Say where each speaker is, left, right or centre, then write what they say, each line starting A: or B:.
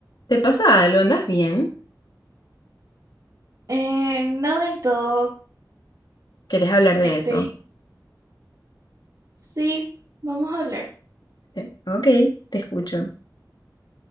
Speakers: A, on the left; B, on the right.
A: ¿Te pasa algo? ¿Andas bien?
B: Eh, no del todo.
A: ¿Querés hablar de
B: Estoy.
A: eso?
B: Sí, vamos a hablar.
A: Sí. Ok, te escucho.